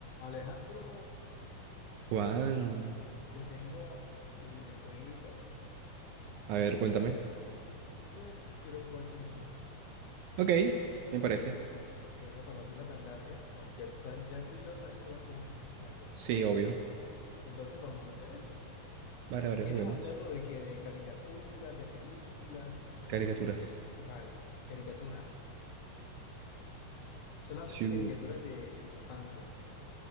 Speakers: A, on the left (about 70°); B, on the right (about 75°).
A: Alejandro,
B: Juan,
A: te tengo el jueguito.
B: a ver, cuéntame.
A: Pues quiero jugar quién es quién.
B: Ok, me parece.
A: Bueno, para no hacerla tan larga, vamos, ya, tú sabes- ya tú y yo sabemos ya cómo funciona esta cosa.
B: Sí, obvio.
A: Entonces vamos a hacer eso.
B: Vale, vale,
A: ¿Quieres
B: juguemos.
A: hacerlo de qué? ¿De caricaturas, de películas?
B: Caricaturas.
A: Vale, caricaturas. Solamente
B: Chu.
A: caricaturas de, de la infancia.